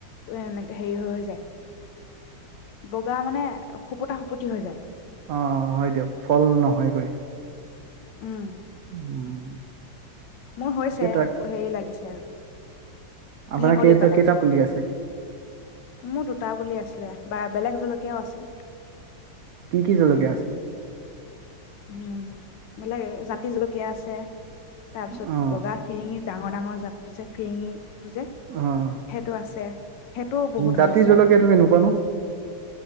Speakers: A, on the left (about 75°); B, on the right (about 85°).
A: ওৱে এনেকে হেৰি হৈ হৈ যায়। বগা মানে সুপোতা সু- পতি হৈ যায়।
B: অ অ হয় দিয়ক ফল নহয় গৈ।
A: উম',
B: উম।
A: মোৰ হৈছে
B: কেইটা,
A: প হেৰি লাগিছে আৰু
B: আপোনাৰ
A: ঢেৰ কলি
B: কেইটা,
A: পেলাইছে,
B: কেইটা পুলি আছে?
A: মোৰ দুটা পুলি আছিলে। বা বেলেগ জলকীয়াও আছে।
B: কি কি জলকীয়া আছে?
A: উম, বেলেগ জাতি জলকীয়া আছে। তাৰ পিছত
B: অ',
A: বগা ফিৰিঙি ডাঙৰ - ডাঙৰ জাতটো যে ফৰিঙি। টো যে,
B: অ',
A: হেইটো আছে হেইটো বহুত
B: জাতি
A: হৈছে।
B: জলকীয়াটো কেনেকুৱা নো?